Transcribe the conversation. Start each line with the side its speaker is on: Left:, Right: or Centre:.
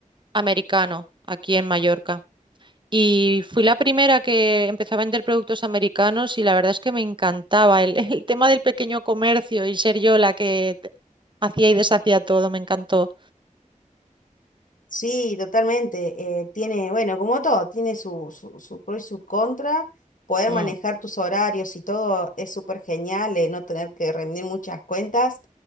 Right: americano aquí en Mallorca. Y fui la primera que empezó a vender productos americanos y la verdad es que me encantaba el, <laughs> el tema del pequeño comercio y ser yo la que hacía y deshacía todo, me encantó.
Left: Sí, totalmente. eh, tiene, bueno, como todo, tiene su, su, su pro y su contra. Poder
Right: Mm.
Left: manejar tus horarios y todo es súper genial, eh, no tener que rendir muchas cuentas,